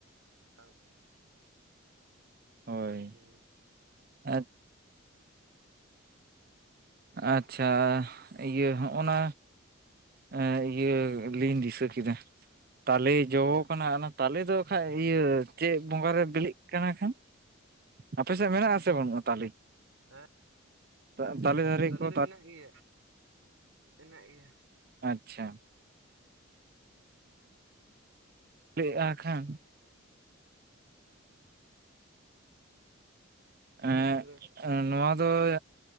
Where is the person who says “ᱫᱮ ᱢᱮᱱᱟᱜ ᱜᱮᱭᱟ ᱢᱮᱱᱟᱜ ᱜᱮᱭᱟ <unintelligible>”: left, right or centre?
Right